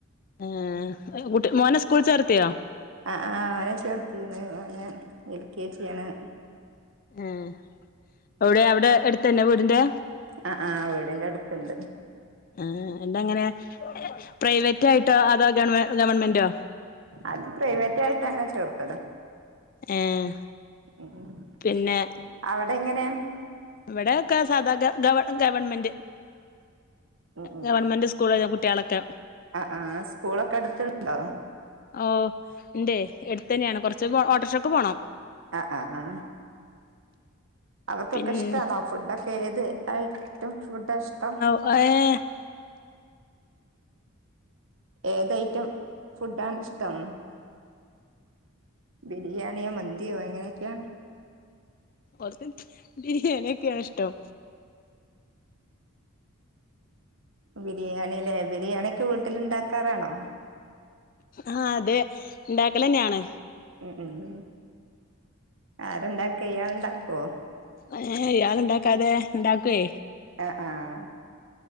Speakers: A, on the left (about 40°); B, on the right (about 65°).
A: ആ കുട്ടി മോനെ സ്കൂളി ചേർത്തിയോ?
B: അഹ് ആഹ് ഓനെ ചേർത്തീക്ണ് ഓനെ എൽ കെ ജി യാണ്
A: ഏഹ് ഔടെ അവ്ടെ എട്ത്തന്നെ വീടിന്റെ
B: അഹ് ആഹ് വീടിന്റെ അട്ത്ത്ണ്ട്
A: ആ എന്ത അങ്ങനെ പ്രൈവറ്റ് ആയിട്ടോ അതോ ഗവ ഗവൺമെന്റോ
B: അത് പ്രൈവറ്റ് ആയിട്ടാണ് ചേർത്തത്
A: ഏഹ്
B: <unintelligible>
A: പിന്നെ
B: അവടെ എങ്ങനെയാ
A: ഇവിടൊക്കെ സാധാ ഗ ഗവ ഗവൺമെന്റ്
B: ഉം
A: ഗവൺമെന്റ് സ് കൂളിലാ കുട്ടിയാളൊക്കെ
B: അഹ് ആഹ് സ്കൂളൊക്കെ അട്ത്ത്ണ്ടോ
A: ഓഹ് ഇണ്ടയ് എട്ത്തന്നേണ് കൊർച്ച് പോ ഓട്ടർക്ഷക്ക് പോണം
B: അഹ് അഹ് ആഹ് അവർക്കൊക്കെ
A: പിന്നെ
B: ഇഷ്ടാണോ ഫുഡൊക്കെ ഏത് ഐയിറ്റം ഫുഡാ ഇഷ്ടം
A: <unintelligible>
B: ഏത് ഐറ്റം ഫുഡാണിഷ്ടം ബിരിയാണിയോ മന്തിയോ എങ്ങനെക്കെയാ?
A: ഓർക്ക് ബിരിയാണി ഒക്കേണ് ഇഷ്ടം
B: ബിരിയാണില്ലേ ബിരിയാണിയൊക്കെ വീട്ടില്ണ്ടാക്കാറാണോ
A: ആഹ് അതെ ഉണ്ടാക്കലന്നേണ്
B: ഉം ഉം ആരണ്ടാക്ക ഇയാൾ ഇണ്ടാക്കോ?
A: ഏഹ് ഇയാള്ണ്ടാക്കാതെ ഇണ്ടാക്കൊയ്
B: അഹ് ആഹ്